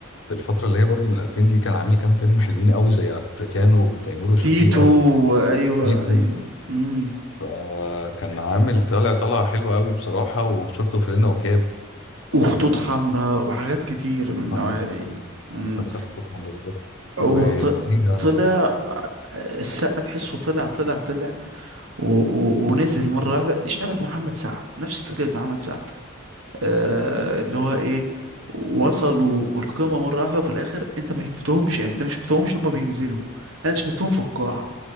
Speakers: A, on the left (about 70°); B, on the right (about 70°).
A: في الفتره اللي هي برضو من 2000 دي كان عامل كام فيلم حلوين قوي زي افريكانو وتيمور وشفيقه
B: تيتو ايوه
A: وتيتو
B: ايوه امم
A: فكان عامل طالع طلعه حلوه قوي بصراحه وشورت وفانلة وكاب آه،
B: وخطوط حمراء وحاجات كتير من النوعية
A: حمرا
B: دي امم
A: مسلسل خطوط حمرا بالظبط
B: هو
A: وجديده
B: ط- طلع آه، السقا تحسه طلع طلع طلع و و ونزل مرة واحدة شبه محمد سعد نفس فكرة محمد سعد آه اللي هو ايه وصلوا القمة مرة واحدة وفي الآخر انت ما شفتهمش يعني انت ما شفتهمش هما بينزلوا لا انت شفتهم في القاع